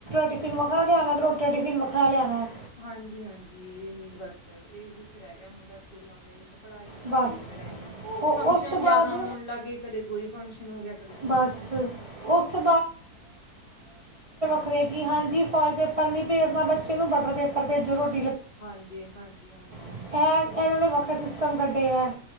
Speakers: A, on the right; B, on the left.
A: ਟਿਫਨ ਵੱਖਰਾ ਲਿਆਉ ਤੇ ਟਿਫਿਨ ਵੱਖਰਾ ਜਾਣਾ ਹੈ।
B: ਹਾਂਜੀ-ਹਾਂਜੀ ਇਹੀ ਬਸ ਚ ਅਬ, ਇਹੀ ਕੁਛ ਰਹਿ ਗਿਆ ਹੁਣ ਤਾਂ ਸਕੂਲਾਂ ਦੇ ਵਿੱਚ। ਪੜ੍ਹਾਈਆਂ ਤਾ
A: ਬਸ
B: ਕਿਹੜੀਆਂ ਰਹਿ ਗਈਆਂ,
A: ਉਹ
B: ਫੰਕਸ਼ਨ
A: ਉਸ ਤੋਂ ਬਾਅਦ
B: ਜਿਆਦਾ ਹੋਣ ਲੱਗ ਗਏ, ਕਦੇ ਕੋਈ ਫੰਕਸ਼ਨ ਹੋ ਗਿਆ, ਕਦੇ ਕੋਈ
A: ਬਸ
B: ਫੰਕਸ਼ਨ ਹੋ ਗਿਆ।
A: ਉਸ ਤੋਂ ਖਰੇ, ਕਿ ਹਾਂਜੀ ਫੋਇਲ ਪੇਪਰ ਨੀ ਭੇਜਨਾ ਬੱਚੇ ਨੂੰ, ਬਟਰ ਪੇਪਰ ਭੇਜੋ ਰੋਟ
B: ਹਾਂਜੀ-ਹਾਂਜੀ-ਹਾਂਜੀ।
A: ਇਹ ਇਹਨਾਂ ਨੇ ਵੱਖਰਾ ਸਿਸ ਸਟਮ ਕੱਢਿਆ ਐ।